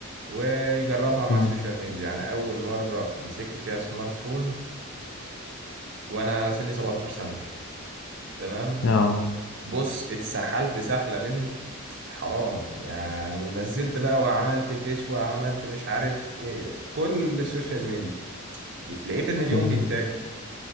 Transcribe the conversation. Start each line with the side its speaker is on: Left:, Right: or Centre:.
Right: ويجربها مع
Left: مم.
Right: السوشيال ميديا يعني اول مرة مسكت فيها سمارت فون وانا سني 17 سنة تمام
Left: اه
Right: بص اتسحلت سحلة بنت حرام يعني ونزلت بقى وعملت فيس وعملت مش عارف ايه كل السوشيال ميديا لقيت ان اليوم
Left: تمام.
Right: بيتاكل